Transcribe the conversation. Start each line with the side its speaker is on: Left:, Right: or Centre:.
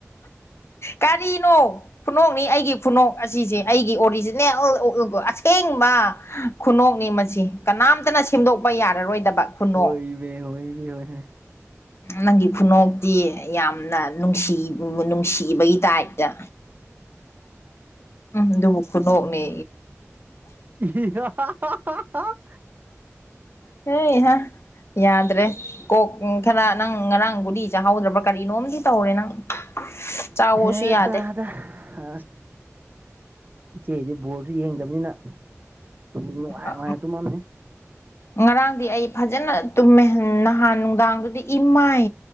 Left: ꯀꯔꯤꯅꯣ ꯈꯨꯅꯣꯛꯅꯤ ꯑꯩꯒꯤ ꯐ ꯈꯨꯅꯣꯛ ꯑꯁꯤꯁꯦ ꯑꯩꯒꯤ ꯑꯣꯔꯤꯖꯤꯅꯦꯜ ꯑꯁꯦꯡꯕ ꯈꯨꯅꯣꯛ ꯃꯁꯤ ꯀꯅꯥꯝꯇꯅ ꯁꯦꯝꯗꯣꯛꯄ ꯌꯥꯔꯔꯣꯏꯗꯕ ꯈꯨꯅꯣꯛ
Right: ꯍꯣꯏꯃꯦ ꯍꯣꯏꯃꯦ ꯍꯣꯏꯃꯦ
Left: ꯅꯪꯒꯤ ꯈꯨꯅꯣꯛꯇꯤ ꯌꯥꯝꯅ ꯅꯨꯡꯁꯤ ꯅꯨꯡꯁꯤꯕꯒꯤ ꯗꯥꯏꯗ ꯎꯝ ꯑꯗꯨꯕꯨ ꯈꯨꯅꯣꯛꯅꯦ
Right: ꯏ
Left: ꯍ ꯍꯥ ꯌꯥꯗ꯭ꯔꯦ ꯀꯣꯛ ꯈꯔ ꯅꯪ ꯉꯔꯥꯡꯕꯨꯗꯤ ꯆꯥꯍꯧꯗ꯭ꯔꯕ꯭ꯔꯥ ꯀꯔꯤꯅꯣꯝꯗꯤ ꯇꯧꯔꯦ ꯅꯪ ꯆꯥꯋꯣꯁꯨ
Right: ꯍꯦ
Left: ꯌꯥꯗꯦ
Right: ꯇꯗ ꯑ ꯏꯆꯦꯗꯤ ꯕꯣꯔꯁꯨ ꯌꯦꯡꯗꯕꯅꯤꯅ ꯑꯗꯨꯝ ꯅꯨꯡꯉꯥꯏ
Left: ꯑ
Right: ꯅꯨꯡꯉꯥꯏꯅ ꯇꯨꯝꯃꯝꯅꯤ
Left: ꯉꯔꯥꯡꯗꯤ ꯑꯩ ꯐꯖꯅ ꯇꯨꯝꯃꯦ ꯅꯍꯥꯟ ꯅꯨꯡꯗꯥꯡꯗꯨꯗꯤ ꯏꯃꯥꯏ